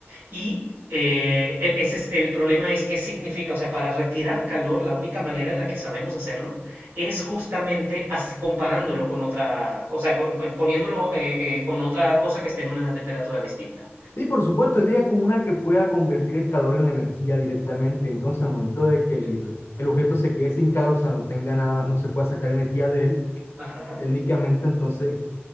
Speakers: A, on the right; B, on the left.
A: Y eh, el, ese es, el problema es qué significa, o sea, para retirar calor, la única manera en la que sabemos hacerlo es justamente as- comparándolo con otra, o sea, con- poniéndolo eh, eh, con otra cosa que esté en una temperatura distinta.
B: Sí, por supuesto, diría como una que pueda convertir el calor en la energía directamente. Entonces, al momento de que el,
A: Sí.
B: el objeto se quede sin calor, o sea, no tenga nada, no se pueda sacar energía de él,
A: Ajá.
B: técnicamente entonces